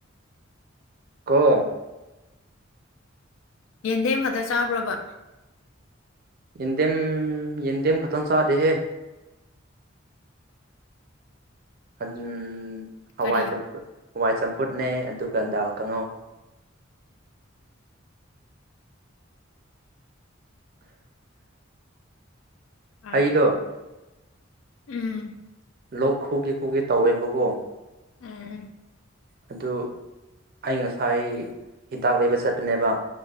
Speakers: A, on the right (about 45°); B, on the left (about 75°).
A: ꯀ
B: ꯌꯦꯟꯗꯦꯝ ꯈꯛꯇ ꯆꯥꯕ꯭ꯔꯕ
A: ꯌꯦꯦꯝ ꯌꯦꯗꯦꯝ ꯈꯇꯣꯟ ꯁꯥꯗꯦꯍꯦ ꯑꯗꯨꯝ ꯍꯋꯥꯏ
B: ꯀꯔꯤ
A: ꯆꯝꯄ ꯋꯥꯏ ꯆꯝꯐꯨꯠꯅꯦ ꯑꯗꯨꯒ ꯗꯥꯜ ꯀꯥꯡꯉꯧ
B: ꯐꯔꯦ
A: ꯑꯩꯗꯣ
B: ꯎꯝ
A: ꯂꯣꯛ ꯈꯨꯒꯦ ꯈꯨꯒꯦ ꯇꯧꯋꯦꯕꯀꯣ
B: ꯑꯥ
A: ꯑꯗꯨ ꯑꯩ ꯉꯁꯥꯏ ꯍꯤꯗꯥꯛ ꯂꯩꯕ ꯆꯠꯄꯅꯦꯕ